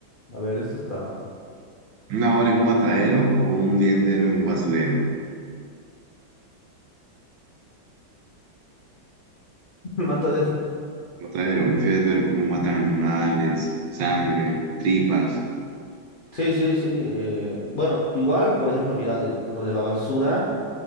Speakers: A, on the left; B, on the right.
A: a ver, esto está
B: ¿Una hora en un matadero o un día entero en un basurero?
A: <laughs> matadero.
B: Matadero, prefieres ver cómo matan animales, sangre, tripas.
A: Sí, sí, sí. eh, bueno, igual, por ejemplo, mira, de- lo de la basura.